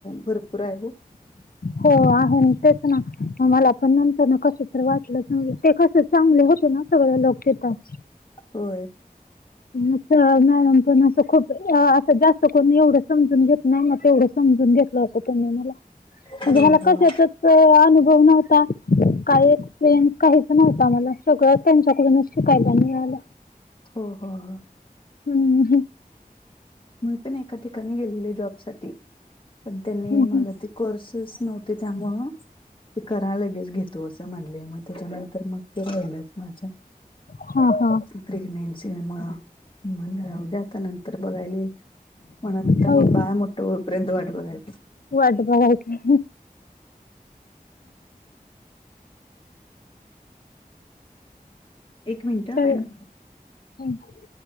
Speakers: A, on the left; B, on the left.
A: भरपूर आहे हो.
B: हो आहे तेच ना, मला पण नंतरन कस तर वाटलं सग ते कस चांगले होते ना सगळे लोक येतात.
A: होय.
B: असं मॅडम पण असं खूप असं, जास्त कोणी एवढं समजून घेत नाही, म तेवढं समजून घेतलंय आता तेनी मला.
A: हो
B: म्हणजे मला
A: हो
B: कशाचंच अनुभव नव्हता. काही एक्सपिरियन्स काहीच नव्हता मला, सगळं त्यांच्याकडूनच शिकायला मिळालं.
A: हो, हो, हो.
B: हम्म, हम
A: मी पण एका ठिकाणी गेलेली जॉब साठी, पण त्यांनी
B: हं,
A: मला
B: हं.
A: ते कोर्सेस नव्हते त्यामुळ. ते करा लगेच घेतो, असं म्हणले मग त्याच्यानंतर मग ते राहिलंच माझं.
B: हा हा!
A: प्रेग्नेन्सी मुंळ म्हंनल राहू द्या आता नंतर बघायला येईल. म्हनाला
B: होय.
A: त मग बाळ मोठं होपर्यंत वाट बघाय.
B: वाट बघायची.
A: एक मिनट अ
B: तर
A: मॅडम.
B: <inaudible>